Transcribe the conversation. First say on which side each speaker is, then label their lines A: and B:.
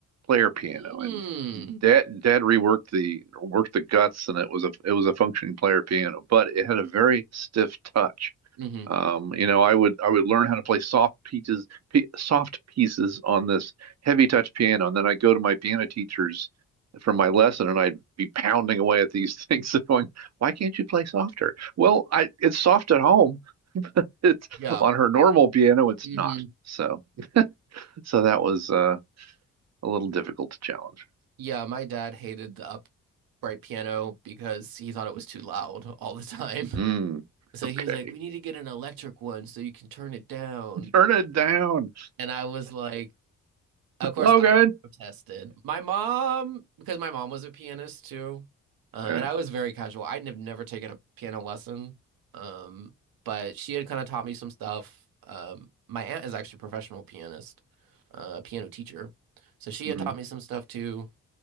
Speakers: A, on the right; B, on the right.
A: player piano.
B: Mm.
A: And dad dad reworked the worked the guts and it was a it was a functioning player piano, but it had a very stiff touch.
B: hmm mm-hmm,
A: Um, you know, I would I would learn how to play soft pieces p soft pieces on this heavy touch piano, and then I'd go to my piano teachers from my lesson, and I'd be pounding away at these <laughs> things, and going, "Why can't you play softer?" Well, I it's soft at home it's
B: Yeah.
A: on her normal piano, it's
B: mm-hmm.
A: not. So, so that was uh, a little difficult to challenge.
B: Yeah, my dad hated the upright piano because he thought it was too loud all the time. <laughs>
A: Mm,
B: So
A: okay,
B: he was like, "We need to get an electric one so you can turn it down."
A: <laughs> turn it down,
B: And I was like, of course
A: Logan.
B: I protested. My mom, because my mom was a pianist too, um,
A: Yeah.
B: and I was very casual. I'd have never taken a piano lesson, um, but she had kind of taught me some stuff. Um, my aunt is actually a professional pianist, uh, a piano teacher, so she
A: hmm
B: had taught me some stuff too.